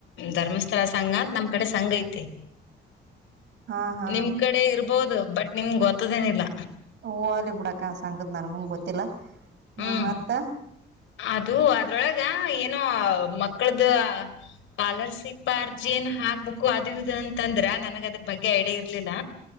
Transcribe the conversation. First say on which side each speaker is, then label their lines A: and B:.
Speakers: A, on the left; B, on the right.
A: ಧರ್ಮಸ್ಥಳ ಸಂಘ ಅಂತ ನಮ್ ಕಡೆ ಸಂಘ ಐತಿ
B: ಹಾ ಹಾ
A: ನಿಮ್ ಕಡೆ ಇರ್ಬೋದು ಬಟ್ ನಿಮ್ ಗೊತ್ತದೇನಿಲ್ಲ
B: ಹೋಗ್ಲಿ ಬಿಡಕ್ಕ ಸಂಘದ ನನ್ಗೂನ್ ಗೊತ್ತಿಲ್ಲ ಹಾ
A: ಹ್ಮ್
B: ಮತ್ತ
A: ಅದು ಅದ್ರೊಳಗ ಏನೋ ಮಕ್ಕಳದ್ದ ಕಾಲರ್ ಸಿಪ್ ಅರ್ಜಿ ಏನ್ ಹಾಕ್ಬೇಕು ಅದು ಇದು ಅಂತಂದ್ರ ನನ್ಗ ಅದ್ರ ಬಗ್ಗೆ ಐಡಿಯಾ ಇರ್ಲಿಲ್ಲ